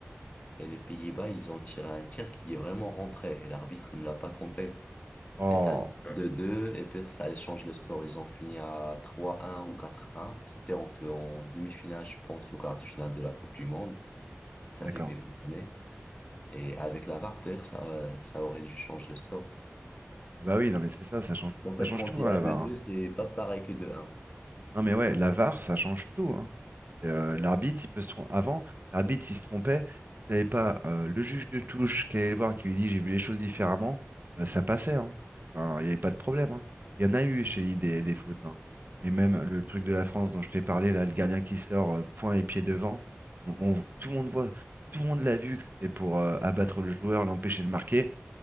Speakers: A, on the left; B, on the right.
A: Et les Pays-Bas, ils ont tiré un tir qui est vraiment rentré. Et l'arbitre ne l'a pas compté.
B: Oh,
A: Et ça allait Ouais. de 2 et puis ça allait changer le score. Ils ont fini à trois un ou quatre un C'était en, fait en demi-finale, je pense, ou quart de finale de la Coupe du Monde. Ça
B: d'accord.
A: fait quelques années. Et avec la VAR, peut-être, ça, euh, ça aurait dû changer le score.
B: Ah bah oui, non mais c'est ça, ça change,
A: En fait,
B: ça change
A: quand
B: tout,
A: t'es
B: dans
A: à
B: la
A: deux
B: VAR.
A: deux
B: hein.
A: c'est pas pareil que 2 un
B: Non mais ouais, la VAR, ça change tout. hein. Euh, l'arbitre, il peut se trom- Avant, l'arbitre, il se trompait. Si t'avais pas euh, le juge de touche qui allait le voir, qui lui dit j'ai vu les choses différemment, euh, ça passait. hein. Enfin, il n'y avait pas de problème. hein. Il y en a eu chez lui des, des fautes. hein. Et même le truc de la France dont je t'ai parlé, là, le gardien qui sort euh, point et pied devant, on, on- tout le monde voit, tout le monde l'a vu que c'était pour euh, abattre le joueur, l'empêcher de marquer.